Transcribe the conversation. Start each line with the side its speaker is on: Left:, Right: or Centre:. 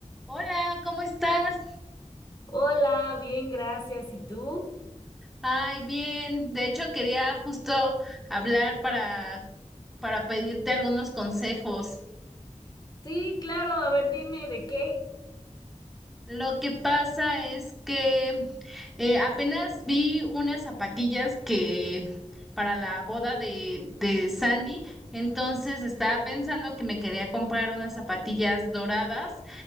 Centre: Hola, ¿cómo estás?
Left: Hola, bien, gracias. ¿Y tú?
Centre: Ay, bien. De hecho, quería justo hablar para, para pedirte algunos consejos.
Left: Sí, claro, a ver, dime de qué.
Centre: Lo que pasa es que eh, apenas vi unas zapatillas que para la boda de, de Sandy, entonces estaba pensando que me quería comprar unas zapatillas doradas